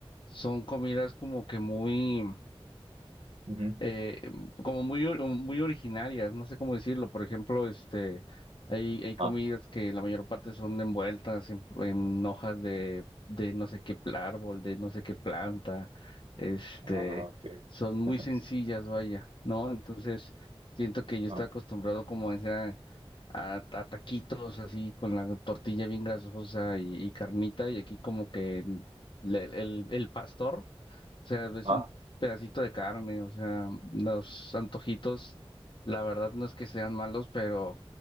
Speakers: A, on the left; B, on the right.
A: son comidas como que muy...
B: ujú,
A: eh, como muy, or- muy originarias, no sé cómo decirlo. Por ejemplo, este, hay, hay
B: Ajá.
A: comidas que la mayor parte son envueltas en, en hojas de, de no sé qué pl- árbol, de no sé qué planta, este,
B: Ah, ok.
A: son muy
B: <laughs>
A: sencillas, vaya, ¿no? Entonces, siento que yo
B: Ajá.
A: estaba acostumbrado como a esa... A, a taquitos así con la tortilla bien grasosa y, y carnita y aquí como que el, el el pastor o sea, es
B: Ajá.
A: un pedacito de carne, o sea, los antojitos, la verdad no es que sean malos, pero